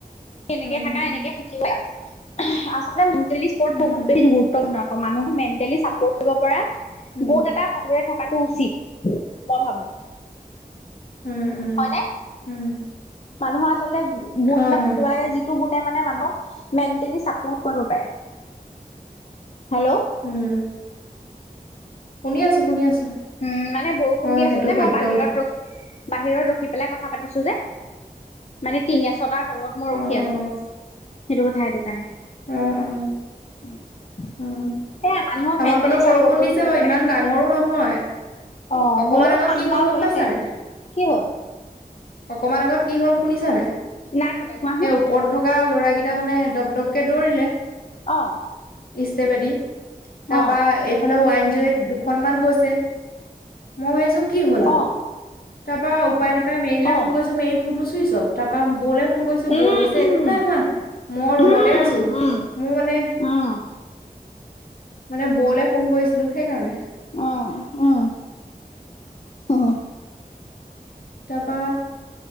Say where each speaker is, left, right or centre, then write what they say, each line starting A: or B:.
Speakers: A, on the left; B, on the left.
A: এনেকে
B: উম
A: থাকা,
B: উম
A: এনেকে সুখী হোৱা। আচলতে মেণ্টেলি চাপৰ্ট
B: উম
A: বহুত বেছি গুৰুত্বপূৰ্ণ। মানুহক মেণ্টেলি চাপৰ্ট কৰিব পৰা গুণ
B: উম
A: এটা সকলৰে থকাটো উচিত। মই ভাবো।
B: উম, উম।
A: হয়নে
B: উম।
A: মানুহৰ আচলতে গুণ
B: হয়
A: এটা
B: হয়
A: থাকিব লাগে যি টো গুণে মানে মানুহক মেনটেলী চাপৰ্ট কৰিব পাৰে। হেল্ল
B: উম। শুনি আছো, শুনি আছো।
A: উম, মানে বৰষুণ
B: হয়
A: দি আছে
B: সেইটো
A: যে
B: সত্য
A: মই বাহিৰত
B: কথা
A: ৰখ বাহিৰত ৰখি পেলাই কথা পাতিছো যে। মানে টিঙা এচটাৰ তলত মই ৰখি
B: অ
A: আছো।
B: অ
A: সেইটো কথা সেইটো কাৰণে।
B: উম, উম।
A: <inaudible>
B: উম,
A: সেয়া মানুহক
B: আমাৰ
A: মেণ্টেলি
B: ফালেও বৰষুণ
A: চাপৰ্ট কৰিব
B: দিছে
A: পাৰিব
B: বাৰু
A: লাগে
B: ইমান ডাঙৰো নহয়।
A: অ
B: অকমান
A: হ'লেও
B: আগত
A: ঠাণ্ডা
B: কি হ'ল গম
A: পৰিছে
B: পাইছানে?
A: কি হ'ল
B: অকমান আগত কি হ'ল শুনিছা নাই?
A: নাই শুনা, কোৱাচোন।
B: ওপৰত থকা ল'ৰাকেইটা মানে দপ দপকে দৌৰিলে
A: অ।
B: ইষ্টেপেদী। তাপা
A: অ
B: এইফালে ৱাইন জীঅ এইট দুখনমান গৈছে। মই ভাবিছো কি হ'ল আকৌ।
A: অ
B: তা পা উপায় নাপায় মেৰিলে
A: অ
B: ফোন কৰিছো, মেৰি ফোনটো চুইছ অফ। তা পা বৌলে ফোন কৰিছো
A: উম
B: বৌয়ে কৈছে
A: উম
B: একো নাই হোৱা, মই ৰুমতে
A: উম
B: আছো।
A: উম
B: মোৰ মানে
A: উম
B: মানে বৌলে ফোন কৰিছিলো সেইকাৰণে।
A: অ, অ, অহ।
B: তা পা